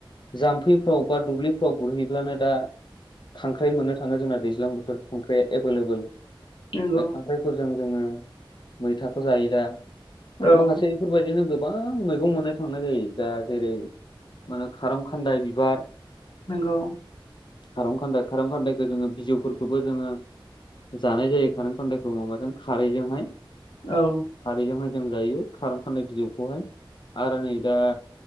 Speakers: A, on the left (about 60°); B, on the left (about 80°).
A: जाम्फैफ्राव बा दुब्लिफ्राव गुरहैब्लानो दा खांख्राइ मोननो थाङो जोंना दैज्लां बोथोर खांख्राइआ एभेलेबोल
B: नंगौ
A: दा खांख्राइफोरजों जोङो मैथाखौ जायो दा
B: औ औ
A: माखासे बेफोरबायदिनो गोबां मैगं मोननो थांनाय जायो जा जेरै मानो खाराम खान्दाय बिबार
B: नोंगौ
A: खारं खान्दाय खारं खान्दायखौ जोङो बिजौफोरखौबो जोङो जानाय जायो खारेन् खन्न्दायखौ माबाजों खारैजोंहाय
B: औ
A: हाय जों जायो खाराम खान्नाय बिजौखौहाय आरो नै दा